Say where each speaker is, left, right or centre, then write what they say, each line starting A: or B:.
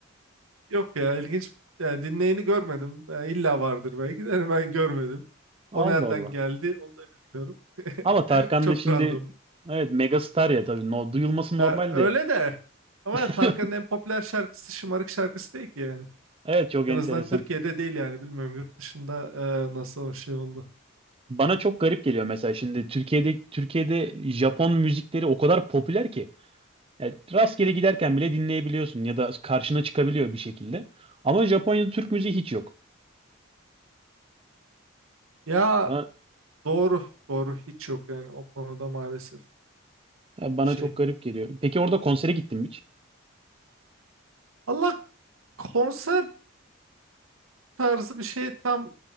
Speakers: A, on the right; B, on the right.
A: <laughs> Yok ya ilginç. Yani dinleyeni görmedim. Yani illa vardır belki de Hani ben görmedim.
B: Allah
A: O nereden
B: Allah.
A: geldi onu da bilmiyorum. <laughs>
B: Ama Tarkan
A: Çok
B: da şimdi
A: random.
B: evet megastar ya tabii. No, duyulması normal
A: Ee, öyle
B: de.
A: de. Ama
B: <laughs>
A: Tarkan'ın en popüler şarkısı şımarık şarkısı değil ki yani.
B: Evet çok enteresan.
A: En azından Türkiye'de değil yani. Bilmiyorum yurt dışında e, nasıl o şey oldu.
B: Bana çok garip geliyor mesela şimdi Türkiye'de Türkiye'de Japon müzikleri o kadar popüler ki yani rastgele giderken bile dinleyebiliyorsun ya da karşına çıkabiliyor bir şekilde. Ama Japonya'da Türk müziği hiç yok.
A: Ya
B: Bana,
A: doğru. Doğru hiç yok yani o konuda maalesef
B: bana
A: şey.
B: çok garip geliyor. Peki orada konsere gittin mi hiç?
A: Allah konser tarzı bir şey tam